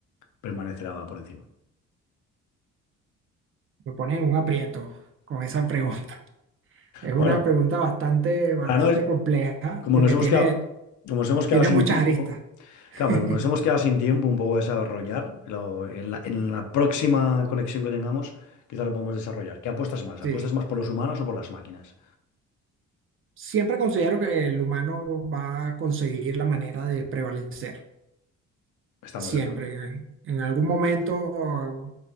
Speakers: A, on the left; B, on the right.
A: permanecerá por encima?
B: me pones en un aprieto con esa pregunta. Es una
A: Bueno,
B: pregunta bastante, bastante
A: para no,
B: compleja
A: como
B: porque
A: nos hemos
B: tiene,
A: quedado, como nos hemos quedado
B: tiene
A: sin
B: muchas
A: tiempo,
B: aristas. <laughs>
A: claro, pero como nos hemos quedado sin tiempo un poco de desarrollar, lo- en la, en la próxima conexión que tengamos, quizá lo podemos desarrollar. ¿Qué apuestas más? ¿Apuestas
B: Sí.
A: más por los humanos o por las máquinas?
B: Siempre considero que el humano va a conseguir la manera de prevalecer.
A: Estamos
B: Siempre.
A: de acuerdo.
B: En, en algún momento